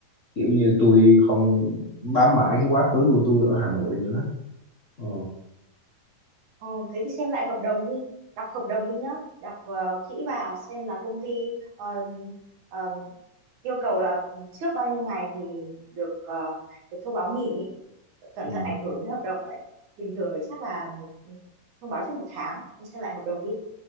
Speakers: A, on the left; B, on the right.
A: kiểu như tôi không bám mãi cái quá khứ của tôi ở Hà Nội nữa đó. ờ,
B: Ờ, thế thì xem lại hợp đồng đi đọc hợp đồng đi nhá đọc ờ, kỹ vào xem là công ty ờ, ờ, yêu cầu là trước bao nhiêu ngày thì được ờ, được thông báo nghỉ cẩn
A: ừ.
B: thận ảnh hưởng đến hợp đồng đấy bình thường thì chắc là một thông báo trong một tháng ông xem lại hợp đồng đi